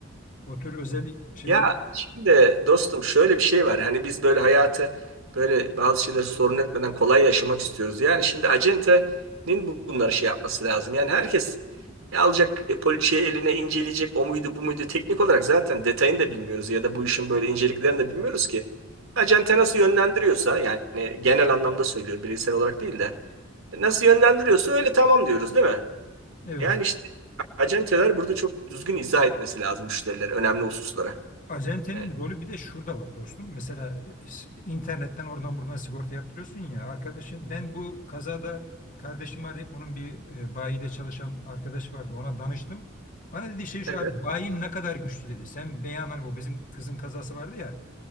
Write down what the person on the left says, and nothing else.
o tür özel şeyleri
evet.
Acentenin
rolü bir de şurada var dostum. Mesela e, s- internetten oradan buradan sigorta yaptırıyorsun ya arkadaşın ben bu kazada kardeşimi arayıp onun bir e, bayide çalışan arkadaş vardı. Ona danıştım. Bana dedi şey şu
abi bayin ne kadar güçlü dedi. Sen beyan hani o bizim kızın kazası vardı ya.